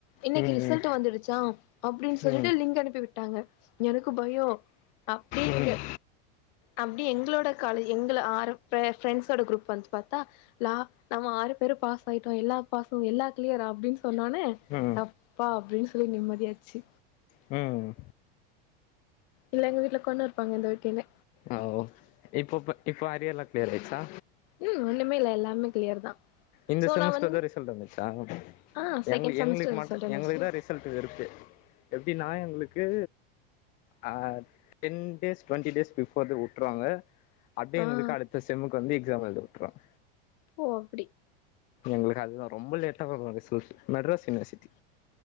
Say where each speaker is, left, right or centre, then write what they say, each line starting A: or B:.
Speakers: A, on the left; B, on the left.
A: இன்னைக்கு
B: ம்
A: ரிசல்ட்டு வந்துடுச்சா அப்டின் சொல்லிட்டு
B: ம் ம்
A: லிங்க் அனுப்பி விட்டாங்க எனக்கு பயோ அப்டி
B: ம்
A: இங்க
B: ம்
A: அப்டி எங்களோட காலேஜ் எங்கள ஆறு பேர் ஃப்ரெண்ட்ஸோட குரூப் வந்து பாத்தா நா நம்ம ஆறு பேரும் பாஸ் ஆயிட்டோம் எல்லா பசங் எல்லா கிளியரா அப்டின் சொன்னொன்னே
B: ம்
A: அப்பா அப்டின் சொல்லி நிம்மதியாச்சு
B: ம்
A: இல்ல எங்க வீட்ல கொன்னு இருப்பாங்க இந்த வட்டில்ல
B: ஆ ஓ இப்பப்ப இப்போ அரியர்ல்லா கிளியர் ஆய்ச்சா
A: ம் ஒண்ணுமே இல்ல எல்லாமே கிளியர் தா
B: இந்த
A: சோ
B: செமஸ்டர்
A: நா வந்து
B: தா ரிசல்ட் வந்துச்சா
A: ஆ செகண்ட்
B: எங்குளுக்கு
A: செமஸ்டர்
B: எங்களுக்கு மட்டு
A: ரிசல்ட் வந்துருச்சு
B: எங்க இதா ரிஸ் சல்ட்டு இருக்கு எப்டின்னா எங்ளுக்கு ஆ டென் டேஸ் டுவெண்ட்டி டேஸ் பிபோர்து உட்ருவாங்க அப்டே
A: ஆ
B: எங்குளுக்கு அடுத்த செம்முக்கு வந்து எக்ஸாம் எழுத விட்றோம்
A: ஓ அப்டி
B: எங்களுக்கு அதுதா ரொம்ப லேட்டா வரும் ரிசல்ட்டு மெட்ராஸ் யூனிவர்சிட்டி